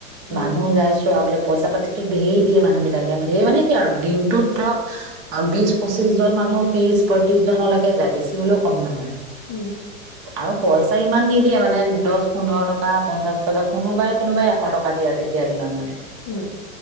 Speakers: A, on the left; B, on the right.
A: উম
B: মানুহ যাই চোৱাবলে। পইচাপাতিতো ধেই দিয়ে মানুহ বিলাকে। ধেৰ মানে কি আৰু দিনটোত ধৰক বিশ পঁচিশজন মানুহ ত্ৰিশ পয়ত্ৰিশজনলৈকে যায় বেছি হলেও কম নহয়।
A: উম',
B: আৰু পইচা ইমান নিদিয়ে মানে দহ পোন্ধৰ টকা পঞ্চাশ টকা কোনোবাই - কোনোবাই এশ টকা দিয়ে আৰু তেতিয়াৰ দিনত মানে।
A: উম',